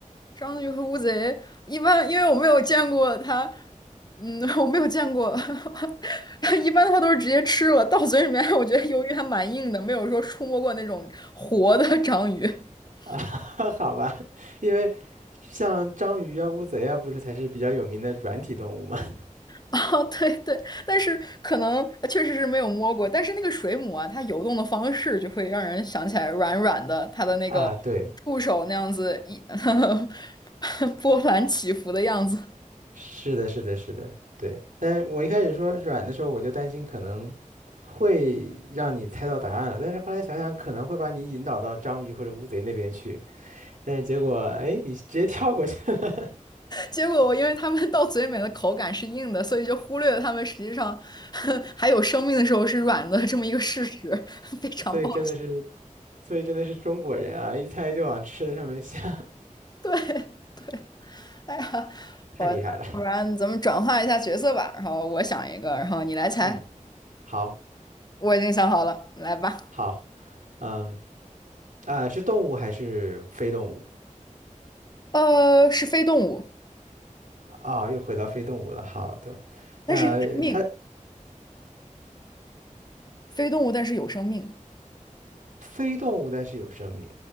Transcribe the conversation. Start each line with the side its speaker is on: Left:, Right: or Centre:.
Left: 章鱼和乌贼，一般因为我没有见过它，嗯，<laughs> 我没有见过，<laughs> 一般它都是直接吃了，到嘴里面，<laughs> 我觉得鱿鱼还蛮硬的，没有说触摸过那种活的章鱼。<laughs>
Right: 啊，<laughs> 好吧，因为像章鱼啊、乌贼啊，不是才是比较有名的软体动物吗？<laughs>
Left: 啊，对对，但是可能呃确实是没有摸过，但是那个水母啊，它游动的方式就会让人想起来软软的，它的那个
Right: 啊，对，
Left: 触手那样子一 <laughs> 波澜起伏的样子。
Right: 是的，是的，是的，对。但我一开始说软的时候，我就担心可能会让你猜到答案了，但是后来想想，可能会把你引导到章鱼或者乌贼那边去，但是结果，哎，你直接跳过去了，<laughs>
Left: 结果我因为他们到嘴里面的口感是硬的，所以就忽略了他们实际上 <laughs> 还有生命的时候是软的这么一个事实，<laughs> 非常不好。
Right: 所以真的是，所以真的是中国人啊，一猜就往吃的上面想，
Left: 对 <laughs> 对，哎呀，
Right: <laughs> 太厉害了。
Left: 我那不然咱们转换一下角色吧，然后我想一个，然后你来猜，
Right: 嗯，好，
Left: 我已经想好了，来吧。
Right: 好，嗯，啊，是动物还是非动物？
Left: 呃，是非动物，
Right: 啊，啊又回到非动物了。好的，
Left: 但是有生命，
Right: 呃，
Left: 非动物但是有生命，
Right: 非动物但是有生命。